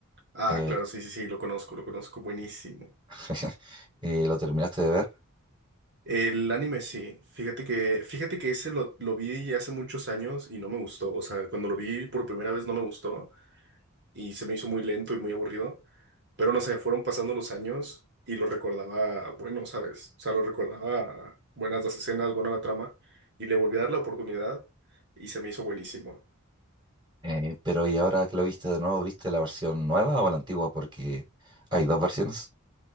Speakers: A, on the right; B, on the right.
A: Ah,
B: eh,
A: claro, sí, sí, sí, lo conozco, lo conozco, buenísimo.
B: <laughs> Eh, lo terminaste de ver,
A: El anime sí, fíjate que, fíjate que ese lo, lo vi hace muchos años y no me gustó, o sea, cuando lo vi por primera vez no me gustó. y se me hizo muy lento y muy aburrido, pero no sé, fueron pasando los años y lo recordaba bueno, ¿sabes? O sea, lo recordaba buenas las escenas, buena la trama, y le volví a dar la oportunidad y se me hizo buenísimo.
B: eh, pero y ahora que lo viste de nuevo, ¿viste la versión nueva o la antigua? Porque hay dos versiones,